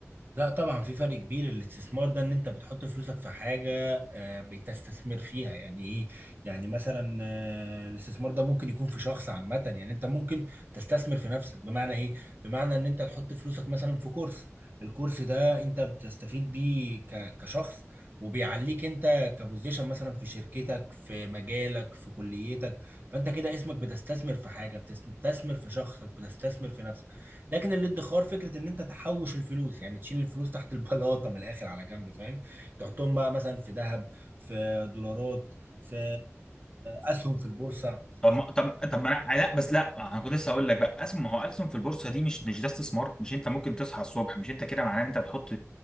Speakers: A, on the right; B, on the left.
A: لا طبعا في فرق كبير الاستثمار ده ان انت بتحط فلوسك في حاجه آه، بتستثمر فيها يعني ايه يعني مثلا آه، الاستثمار ده ممكن يكون في شخص عامه يعني انت ممكن تستثمر في نفسك بمعنى ايه بمعنى ان انت تحط فلوسك مثلا في كورس الكورس ده انت بتستفيد بيه ك- كشخص وبيعليك انت كبوزيشن مثلا في شركتك في مجالك في كليتك فانت كده اسمك بتستثمر في حاجه بتستثمر في شخصك بتستثمر في نفسك لكن الادخار فكره ان انت تحوش الفلوس يعني تشيل الفلوس تحت البلاطه من الاخر على جنب فاهم تحطهم بقى مثلا في ذهب في دولارات في اسهم في البورصه
B: طب ما- طب طب ما انا لا بس لا انا كنت لسه هقول لك بقى أسهم ما هو أسهم في البورصه دي مش مش ده استثمار مش انت ممكن تصحى الصبح مش انت كده معناه ان انت بتحط